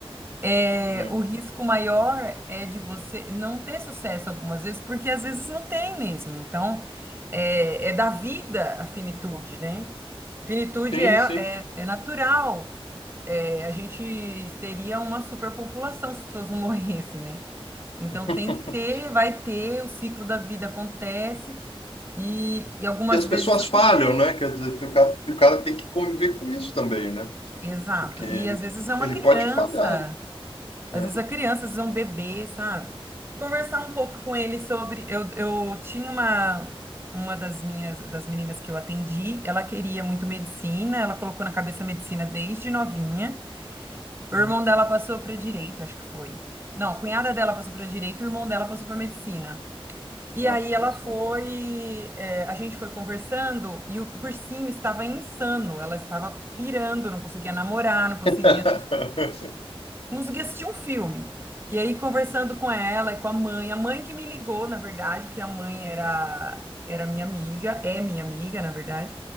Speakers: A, on the right; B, on the left.
A: É,
B: É.
A: o risco maior é de você não ter sucesso algumas vezes, porque às vezes não tem mesmo. Então, é, é da vida a finitude, né? Finitude
B: Sim,
A: é,
B: sim.
A: é, é natural é, a gente teria uma superpopulação se as pessoas não morressem, né? Então
B: <laughs>
A: tem que ter, vai ter, o ciclo da vida acontece e, e algumas
B: E as
A: vezes
B: pessoas
A: vai
B: falham,
A: ter.
B: né? Quer dizer, o cara, o cara tem que conviver com isso também, né?
A: Exato.
B: Porque ele,
A: E às vezes é uma
B: ele
A: criança,
B: pode falhar, né?
A: às
B: É.
A: vezes a criança, às vezes é um bebê, sabe? Conversar um pouco com ele sobre. Eu, eu tinha uma, uma das minhas das meninas que eu atendi, ela queria muito medicina, ela colocou na cabeça medicina desde novinha. O
B: Uhum.
A: irmão dela passou para direito, acho que foi. Não, a cunhada dela passou para direito, o irmão dela passou para medicina. E
B: Nossa,
A: aí ela
B: pessoal.
A: foi, é, a gente foi conversando e o cursinho estava insano. Ela estava pirando, não conseguia namorar, não conseguia,
B: <laughs>
A: assis- não conseguia assistir um filme. E aí conversando com ela e com a mãe, a mãe que me ligou, na verdade, porque a mãe era era minha amiga, é minha amiga, na verdade.